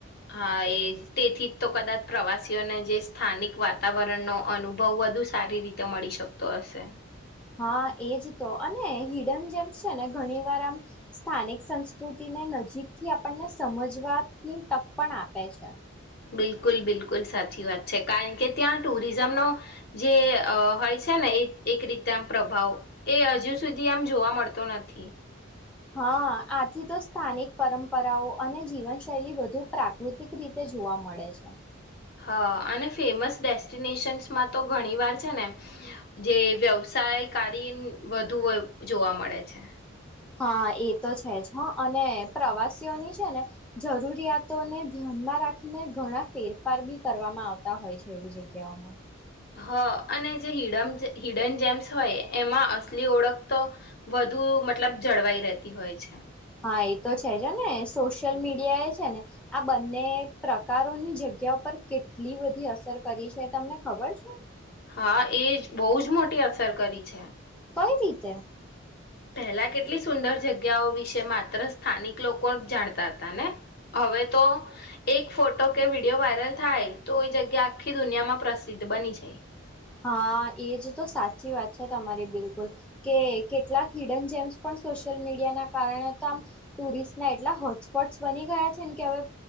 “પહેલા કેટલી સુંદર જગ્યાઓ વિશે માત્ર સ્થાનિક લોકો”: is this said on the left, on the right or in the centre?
Left